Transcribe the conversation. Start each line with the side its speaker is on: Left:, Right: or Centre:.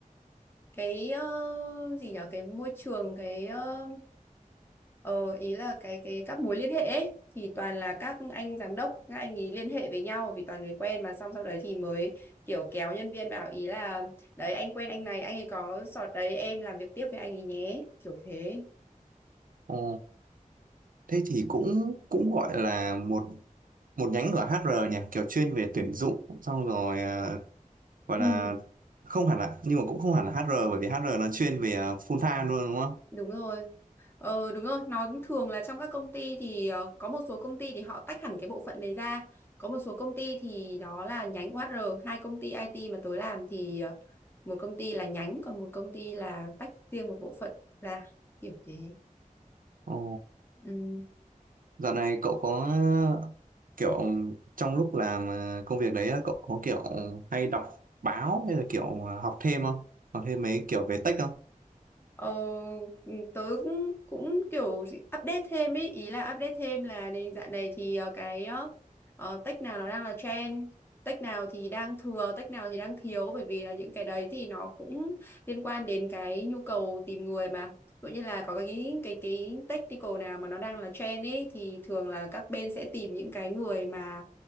Left: cái ờ, gì nhở cái môi trường cái ờ, Ờ, ý là cái cái các mối liên hệ ấy, thì toàn là các anh giám đốc các anh ý liên hệ với nhau vì toàn người quen mà xong sau đấy thì mới kiểu kéo nhân viên bảo ý là đấy anh quen anh này anh ấy có sọt đấy em làm việc tiếp với anh ấy nhé kiểu thế
Right: Ờ, thế thì cũng cũng gọi là một một nhánh của HR nhỉ, kiểu chuyên về tuyển dụng xong rồi à, gọi
Left: Ừ.
Right: là không hẳn là nhưng mà cũng không hẳn là HR bởi vì HR nó chuyên về à, full time luôn đúng không?
Left: đúng rồi Ờ đúng rồi, nó thường là trong các công ty thì ờ, có một số công ty thì họ tách hẳn cái bộ phận này ra, có một số công ty thì đó là nhánh HR, hai công ty IT mà tôi làm thì ờ, một công ty là nhánh còn một công ty là tách riêng một bộ phận ra kiểu thế.
Right: Ờ, ờ.
Left: Ừ.
Right: Dạo này cậu có kiểu trong lúc làm ờ, công việc đấy cậu có kiểu hay đọc báo hay là kiểu học thêm không? Học thêm mấy kiểu về tech không?
Left: Ờ, tớ cũng, cũng kiểu gì- update thêm ý, ý là update thêm là đến dạo này thì ờ, cái ờ, ờ, tech nào nó đang là trend, tech nào thì đang thừa, tech nào thì đang thiếu bởi vì là những cái đấy thì nó cũng liên quan đến cái nhu cầu tìm người mà. Ví dụ như là có cái cái cái technical nào mà nó đang là trend ấy thì thường là các bên sẽ tìm những cái người mà